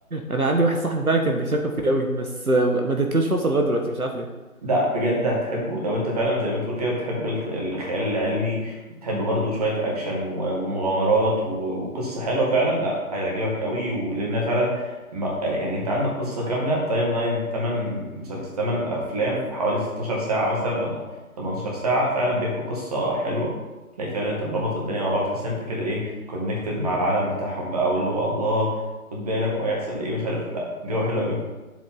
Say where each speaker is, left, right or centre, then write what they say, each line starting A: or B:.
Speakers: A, on the right; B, on the right.
A: انا عندي واحد صاحبي فعلا كان بيشكر فيه قوي بس آه، ما اديتلوش فرصه لغايه دلوقتي مش عارف ليه
B: لا بجد هتحبه لو انت فعلا زي ما تقول كده بتحب الخ- الخيال العلمي وبتحب برضه شوية اكشن و- ومغامرات و- وقصة حلوة فعلا لا هيعجبك قوي ولان فعلا ما يعني انت عندك قصة كاملة تايم لاين 8 مسلسل 8 افلام في حوالي 16 ساعة مثلا ولا 18 ساعة فعلا بيحكوا قصة حلوة تلاقي فعلا انت مربط الدنيا مع بعض تحس انت كده ايه كونكتد مع العالم بتاعهم بقى واللي هو الله خد بالك وهيحصل ايه ومش عارف لا جو حلو قوي